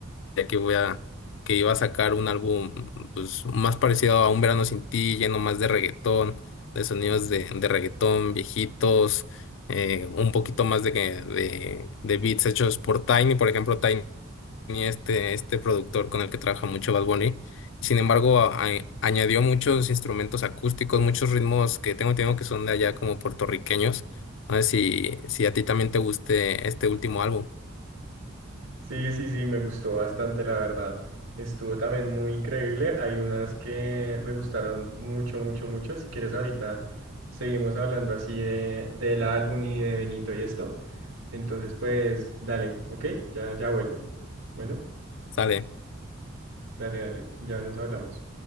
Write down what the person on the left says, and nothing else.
que voy a, que iba a sacar un álbum, pues, más parecido a Un Verano Sin Ti, lleno más de reggaetón, de sonidos de, de reggaetón viejitos, eh, un poquito más de, que- de, de beats hechos por Tiny, por ejemplo, Tiny tenía este, este productor con el que trabaja mucho Bad Bunny. Sin embargo, a- a- añadió muchos instrumentos acústicos, muchos ritmos que tengo entendido que son de allá como puertorriqueños. No sé si, si a ti también te guste este último álbum.
Sale.